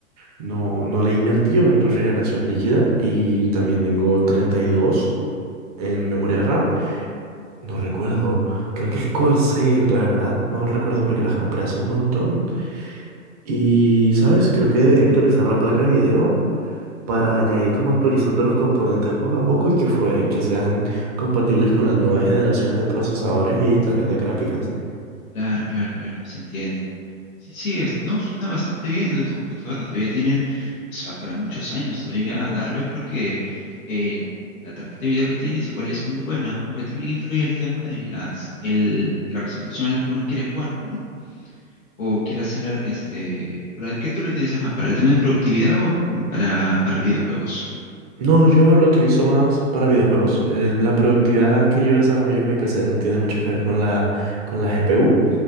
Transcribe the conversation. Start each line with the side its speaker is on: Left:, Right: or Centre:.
Right: no, no le he invertido en refrigeración líquida y también tengo 32 en memoria RAM No recuerdo, creo que es Corsair, la verdad, no recuerdo porque las compré hace un montón. Y, ¿sabes? Creo que debería actualizar la placa de video para ya ir como actualizando los componentes poco a poco y que fue, y que sean compatibles con las nuevas generaciones de procesadores y tarjetas gráficas.
Left: Claro, claro, claro, se entiende. Sí, sí, es- no, suena bastante bien la- tu computadora, todavía tiene, o sea, para muchos años todavía a darle porque el- la tarjeta de video que tienes igual es muy buena, aunque también influye el tema de las, el, la resolución a la que uno quiere jugar, ¿no? O quiere hacer, este, ¿para qué tú lo utilizas más? ¿Para el tema de productividad o para, para videojuegos?
Right: No, yo lo utilizo más para videojuegos. El- la productividad que yo desarrollo en mi PC no tiene mucho que ver con la, con la GPU.